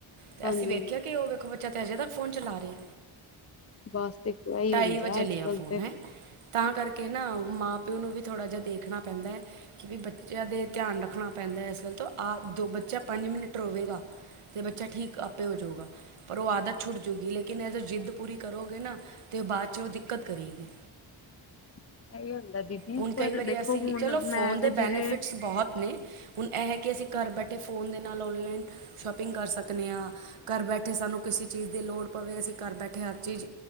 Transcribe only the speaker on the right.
ਤੇ
ਅਸੀਂ ਵੇਖਿਆ
ਕਿ ਓ ਵੇਖੋ ਬੱਚਾ ਤੇ ਅਜੇ ਤੱਕ ਫ਼ੋਨ ਚਲਾ ਰਿਹਾ।
ਢਾਈ
ਵਜੇ
ਲਿਆ
ਫੋਨ,
ਹੈਂ। ਤਾਂ ਕਰਕੇ ਨਾ ਮਾਂ-ਪਿਓ ਨੂੰ ਵੀ ਥੋੜ੍ਹਾ ਜਾ ਦੇਖਨਾ ਪੈਂਦਾ ਐ। ਕਿ ਵੀ ਬੱਚਿਆਂ ਦੇ ਧਿਆਨ ਰੱਖਣਾ ਪੈਂਦਾ ਇਸ ਗੱਲ ਤੋਂ ਆ ਦੋ ਬੱਚਾ ਪੰਜ ਮਿੰਟ ਰੋਵੇਗਾ। ਤੇ ਬੱਚਾ ਠੀਕ ਆਪੇ ਹੋ ਜਾਊਗਾ। ਪਰ ਉਹ ਆਦਤ ਛੁੱਟ ਜੂਗੀ ਲੇਕਿਨ ਐ ਜੋ ਜਿੱਦ ਪੂਰੀ ਕਰੋਗੇ ਨਾ ਤਾਂ ਓ ਬਾਦ 'ਚ ਓ ਦਿੱਕਤ ਕਰੇਗੀ।
ਹੁਨ ਕਈ
ਵਾਰੀ
ਅਸੀਂ,
ਚਲੋ ਫੋਨ
ਦੇ
ਬੈਨੀਫਿਟਸ
ਬੋਹਤ ਨੇ। ਹੁਨ ਐ ਹੈ ਕਿ ਅਸੀਂ ਘਰ ਬੈਠੇ ਫੋਨ ਦੇ ਨਾਲ ਔਨਲਾਈਨ ਸ਼ੋਪ ਪਿੰਗ ਕਰ ਸਕਨੇ ਆਂ, ਘਰ ਬੈਠੇ ਸਾਨੂੰ ਕਿਸੇ ਚੀਜ਼ ਦੀ ਲੋੜ ਪਵੇ ਅਸੀਂ ਘਰ ਬੈਠੇ ਹਰ ਚੀਜ਼